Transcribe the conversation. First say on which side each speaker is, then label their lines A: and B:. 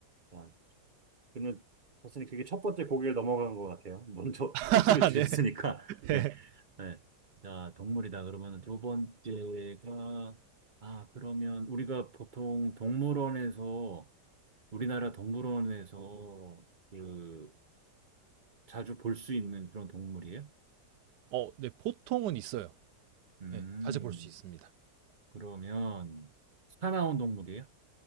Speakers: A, on the right; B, on the right.
A: 아, 그러면 사실 그게 첫 번째 고개를 넘어간 것 같아요. 먼저
B: <laughs>
A: <laughs> 힌트를
B: 아,
A: 주셨으니까.
B: 네. 네.
A: 네. 네. 자, 동물이다. 그러면 두 번째가, 아, 그러면 우리가 보통 동물원에서, 우리나라 동물원에서 그, 자주 볼 수 있는 그런 동물이에요?
B: 어, 네, 보통은 있어요.
A: 음.
B: 네, 자주 볼 수 있습니다.
A: 그러면 사나운 동물이에요?